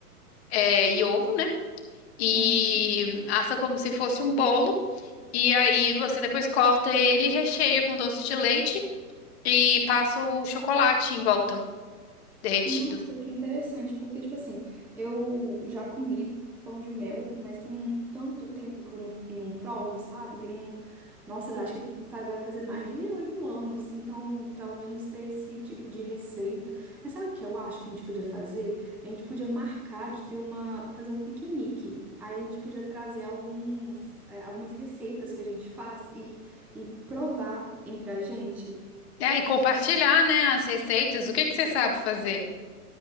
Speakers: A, on the left; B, in the centre.
A: é, e ovo, né? E
B: Uhum.
A: assa como se fosse um bolo. E aí você depois corta ele e recheia com doce de leite e passa o chocolate em volta, derretido.
B: Nossa, que interessante, porque, tipo assim, eu já comi pão de mel, mas tem um tanto tempo que eu não, não provo, sabe? Tem um Nossa, eu acho que fa- vai fazer mais de oito anos, então pelo menos ter esse tipo de receita. Mas sabe o que eu acho que a gente podia fazer? A gente podia marcar de ter uma, fazer um piquenique. Aí a gente podia trazer alguns, eh, algumas receitas que a gente faz e, e provar entre a gente.
A: É, e compartilhar, né, as receitas. O que que você sabe fazer?